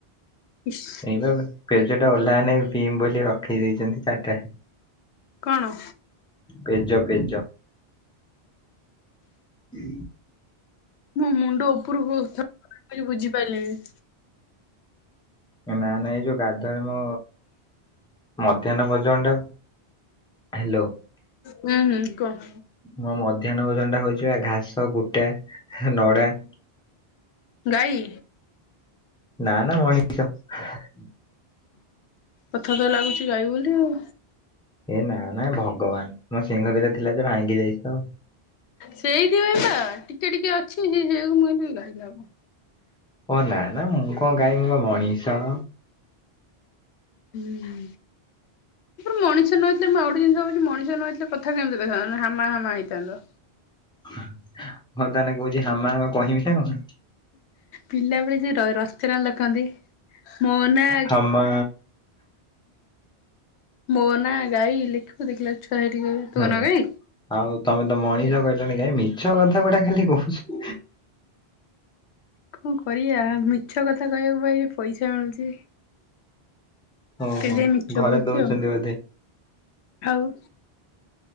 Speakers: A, on the left; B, in the centre.
A: ଇସ୍
B: <unintelligible> ପେଜ ଟା ଓହ୍ଲା ନ ପିମ୍ ବୋଲି ରଖେଇ ଦେଇଛନ୍ତି ଚାରିଟା।
A: କଣ?
B: ପେଜ ପେଜ -
A: ମୋ ମୁଣ୍ଡ ଉପରକୁ ବୁଝି ପାରିଲିନି।
B: ନା ନା ଏଇ ଯୋଉ ଦାଦାଙ୍କ ମଧ୍ୟାହ୍ନ ଭୋଜନ ଟାକୁ। ହ୍ୟାଲୋ।
A: ହୁଁ ହୁଁ କହ?
B: ମୋ ମଧ୍ୟାହ୍ନ ଭୋଜନ ଟା ହଉଛି ଘାସ କୁଟା ନଡା
A: ଗାଈ।
B: ନା ନା ମଣି। <unintelligible>
A: ପଥ ତ ଲାଗୁଛି ଗାଈ ବୋଲି ଆଉ।
B: ଏ ନା ନା ଭଗବାନ ମୋ ସିଂଗ ଦିଟା ଥିଲା ଯେ ଭାଙ୍ଗି ଯାଇଛି ତ।
A: ସେଇଥିପାଇଁ ପା ଟିକେ ଟିକେ ଅଛି <unintelligible> ମୁଁ କ ଗାଇଲା ହବ।
B: ଓ ନା ନା ମୁଁ କଣ ଗାଈ ମୁଁ ପା ମଣିଷ।
A: ହୁଁ। ମଣିଷ ନହେଇଥିଲେ ମୁଁ ଆଉୋ ଗୋଟେ ଭାବୁଛି ମଣିଷ ନଇଥିଲେ କଥା କେମିତି କହିଥାନ୍ତତା ନା ହାମା ହାମା ହେଇଥାନ୍ତତା
B: ହଁ ତାହେଲେ କହୁଛି ହାମା ହାମେ କହିବି ନା କଣ।
A: ପିଲାବେଳେ ସେ ରସନା ଲେଖନ୍ତି ମୋ ନା
B: ହାମା
A: ମୋ ନା ଗାଈ ଲେଖିବ ଦେଖିଲା ଛୁଆ ହେଠି କହିବେ ତୋ
B: ହୁଁ
A: ନା ଗାଇ।
B: ଆଉ ତମେ ତ ମଣିଷ କହିଲଣି କାଇ ମିଛ କଥା ଗୁଟା ଖାଲି କହୁଛୁ।
A: କଣ କରିବା ମିଛ କଥା କହିବାକୁ ପାଇଁ ପଇସା ମିଳୁଛି।
B: ଓହୋ
A: ସେ ଯାଇ ମିଛ
B: ଘରେ
A: କହୁଛି
B: ଦଉଛନ୍ତି
A: ଆଉ,
B: ବୋଧେ
A: ଆଉ